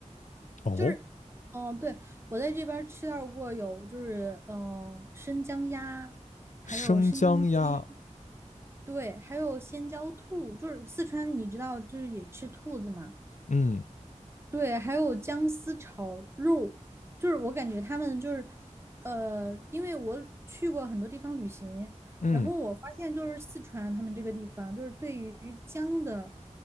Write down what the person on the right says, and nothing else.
就是，嗯、对，我在这边儿吃到过有，就是，嗯、生姜鸭，还有生姜鸡，
对，还有鲜椒兔，就是四川，你知道，就是也吃兔子嘛。
对，还有姜丝炒肉，就是我感觉他们就是，呃，因为我去过很多地方旅行，
然后我发现就是四川他们这个地方，就是对于姜的，